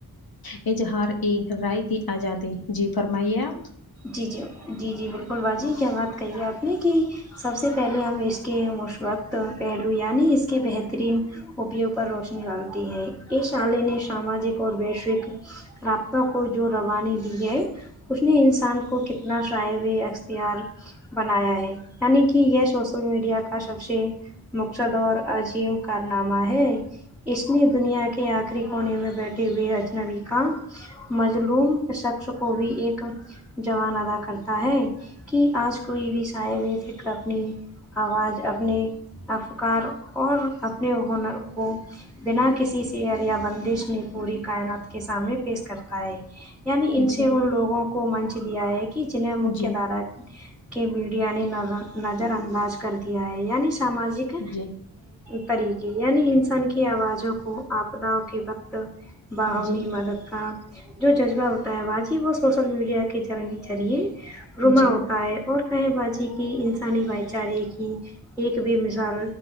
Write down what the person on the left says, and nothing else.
اظہار ایک رائے کی آزادی جی فرمائیے آپ
جی
جی
جی
جی
جی